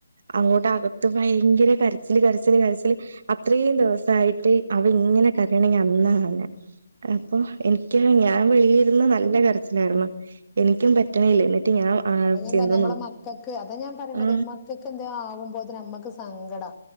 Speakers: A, on the right; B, on the left.
A: അങ്ങോട്ട് അകത്ത് ഭയങ്കര കരച്ചില് കരച്ചില് കരച്ചില് അത്രയും ദിവസായിട്ട് അവൻ ഇങ്ങനെ കരയണ ഞാൻ അന്നാ കാണുന്നത് അപ്പൊ എനിക്ക് തന്നെ ഞാൻ വെളിയിലിരുന്ന് നല്ല കരച്ചിലായിരുന്നു എനിക്കും പറ്റണില്ല എന്നിട്ട് ഞാൻ ആ
B: അതാ ഞാൻ
A: ചെന്ന്
B: പറഞ്ഞത് നമ്മളെ
A: നോക്കി
B: മക്കൾക്ക് അതാ ഞാൻ പറയണത്
A: ആ
B: മക്കൾക്ക് എന്തേ ആവുമ്പോത്തിന് നമ്മക്ക് സങ്കടാ